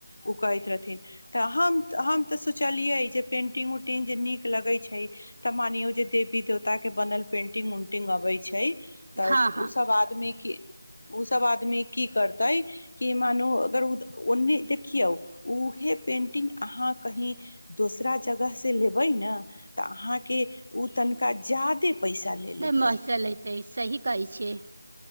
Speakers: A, on the left; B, on the right.
A: ओ कहैत रहथिन तऽ हम हम तऽ सोचलियै जे पेंटिंग उंटिंग जे नीक लगै छै तऽ मानियौ जे देवी देवताके बनल पेन्टिंग उंटिंग आबै छै तऽ
B: हँ हँ
A: ऊ सब आदमी कि ओ सब आदमी की कर तै कि मानू अगर ओन्ने देखियौ उहे पेन्टिंग अहाँ कहीँ दोसरा जगहसँ लेबै न तऽ अहाँके ओ तन क जादे पैसा ले लेतै
B: नहि मैसलेतै सही कहै छियै <unintelligible>